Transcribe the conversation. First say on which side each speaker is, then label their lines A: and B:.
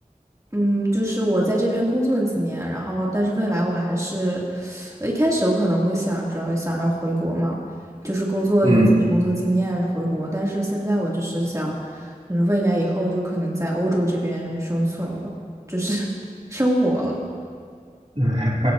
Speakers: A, on the right; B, on the right.
A: 嗯，就是我在这边工作了几年，然后但是未来我还是，呃，一开始我可能会想着想要回国嘛，就是工作有几年工作经验回国，
B: 嗯，
A: 但是现在我就是想，就是未来以后就可能在欧洲这边生存了，就是 <laughs> 生活了，
B: <laughs> 嗯